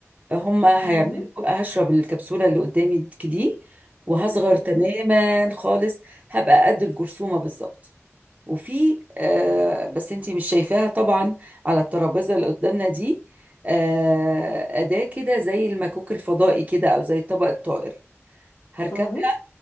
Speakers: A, on the right; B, on the left.
A: هما
B: امم
A: هيعملوا هشرب الكبسولة اللي قدامي دي وهصغر
B: امم
A: تماما خالص هبقى قد الجرثومة بالظبط وفي آه بس انتي مش شايفاها طبعا على الترابيزه اللي قدامنا دي آه اداه كده زي المكوك الفضائي كده او زي طبق الطائر هركبها
B: امم